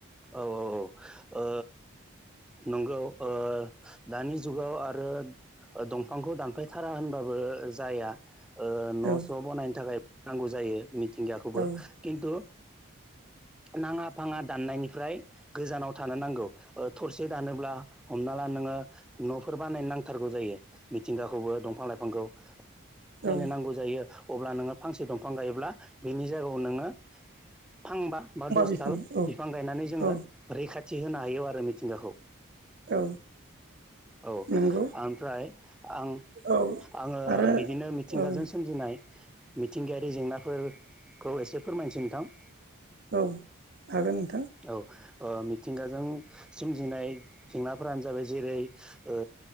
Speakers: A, in the centre; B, on the right (about 50°).
A: औ औ औ नंगौ। ओ दानि जुगाव आरो। दंफांखौ दानफायथारा होनबाबो जाया। ओ न'
B: औ
A: स' बानायनो थाखाय नांगौ जायो मिथिंगाखौबो
B: औ
A: खिन्थु नाङा फाङा दान्नायनि फ्राय गोजानाव थानो नांगौ थरसे दानोब्ला हमना ला नोङो न'फोर बानाय नांथारगौ जायो मिथिंगाखौबो दंफां लाइफांखौ नायनो
B: औ
A: नांगौ जायो। अब्ला नोङो फांसे दंफां गायोब्ला बिनि जायगायाव नोङो फांबा बा दस
B: बिफां
A: दाल
B: औ
A: बिफां गायनानै जोङो
B: औ
A: रैखाथि होनो हायो आरो मिथिंगाखौ
B: औ।
A: औ
B: नंगौ
A: ओमफ्राय आं
B: औ
A: आङो
B: आरो
A: बिदिनो मिथिंगाजों
B: औ
A: सोमजिनाय मिथिंगायारि जेंनाफोरखौ एसे फोरमायसै नोंथां।
B: औ हागोन नोंथां।
A: औ ओ मिथिंगाजों सोमजिनाय जेंनाफोरानो जाबाय जेरै ओ।